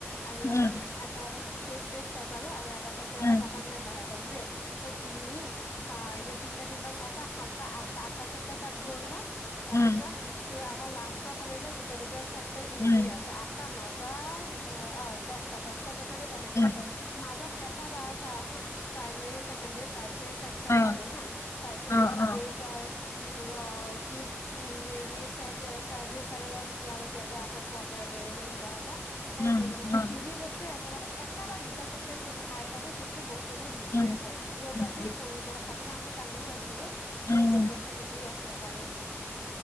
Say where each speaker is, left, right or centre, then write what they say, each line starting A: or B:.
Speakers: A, on the left; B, on the left.
A: আৰু
B: উম
A: উ
B: উম
A: এটা মানে কেচ বেষ্ট টাইপ আৰু এটা তা চত পৰা
B: উম
A: তাপা মানে মাহেকে <unintelligible> তিনি আহ ইয়াত তিটা তিনিটা ছটা সাতটা আঠটা আঠটা চেপ্টাৰ তাত গল ন তাৰ
B: উম
A: পিছত তোৰ আক লাষ্টৰ ফালে দুটা দুটা চে ইজি
B: উম উম
A: আছে আঠটা ন তাৰ অ অ দটা দটা টো তেনেকে
B: উম
A: হৈ গল মাজত এটা বাৰ <unintelligible> চাহা primary secondary third three sector
B: অ
A: পাবি হা ৰ্চালচাৰিত
B: অ
A: পাবি
B: অ
A: তই এইটো কি কুইনেৰ চেক চাৰ্ভিচ আৰু কি আৰু কিবা এটা আছে কোৱাটাৰনেৰি নে কিবা এটা সেইটো
B: উম
A: মানে
B: উম
A: ইজি বস্তুে আছে পাছত এটা বা দুটা চেপটাৰ হাৰ্ড পাবি কিন্তু বছ বস্ত বোৰ ইজি
B: উম
A: আছে জিঅ'গ্ৰাফি
B: উম
A: পঢ়িব ফাচ আমিও টান বুলি ভাবিছিলো। কিন্তু
B: উম,
A: জিঅ'গ্ৰাফি ইজি আছে। পাৰিবি।